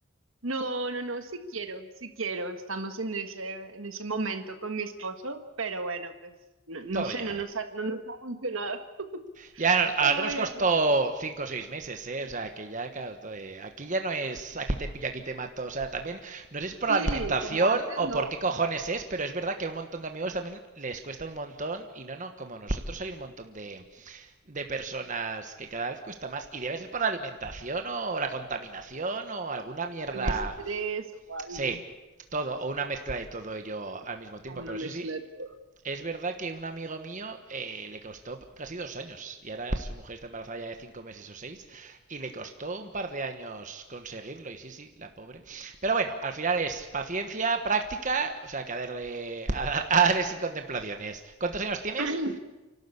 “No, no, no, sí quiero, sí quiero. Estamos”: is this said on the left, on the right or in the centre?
Right